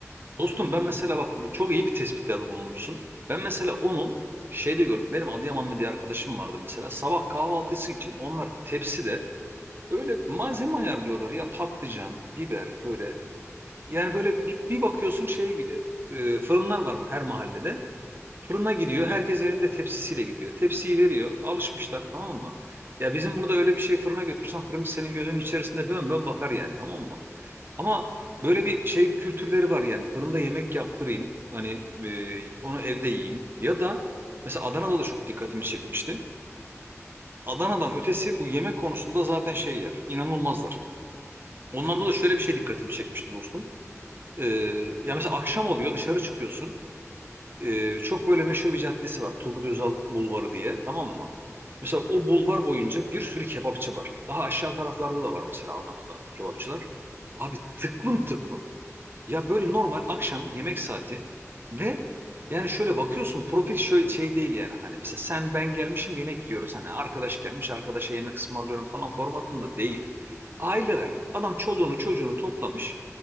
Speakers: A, on the right; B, on the right.
A: Dostum
B: Onu
A: ben
B: demek
A: mesela
B: istiyorum.
A: bak bu çok iyi bir tespitlerde bulunmuşsun. Ben mesela onu şeyde gördüm. Benim Adıyamanlı bir arkadaşım vardı mesela. Sabah kahvaltısı için onlar tepside böyle malzeme ayarlıyorlar ya patlıcan, biber böyle. Yani böyle bir, bir bakıyorsun şeye gidiyor. E, fırınlar var her mahallede. Fırına gidiyor. Herkes elinde tepsisiyle gidiyor. Tepsiyi veriyor. Alışmışlar tamam mı? Ya bizim burada öyle bir şey fırına götürsen fırıncı senin gözünün içerisinde bön bön bakar yani tamam mı? Ama böyle bir şey kültürleri var yani fırında yemek yaptırayım hani e, onu evde yiyeyim ya da mesela Adana'da da çok dikkatimi çekmişti. Adana'dan ötesi bu yemek konusunda zaten şeyler inanılmazlar. Onlarda da şöyle bir şey dikkatimi çekmişti dostum. E, ya mesela akşam oluyor dışarı çıkıyorsun E, çok böyle meşhur bir caddesi var Turgut Özal Bulvarı diye tamam mı? Mesela o bulvar boyunca bir sürü kebapçı var. Daha aşağı taraflarda da var mesela Adana'da kebapçılar. Abi tıklım tıklım. Ya böyle normal akşam yemek saati ve yani şöyle bakıyorsun profil şöyle şey değil yani hani mesela sen ben gelmişim yemek yiyoruz hani arkadaş gelmiş arkadaşa yemek ısmarlıyorum falan formatında değil. Aileler adam çoluğunu çocuğunu toplamış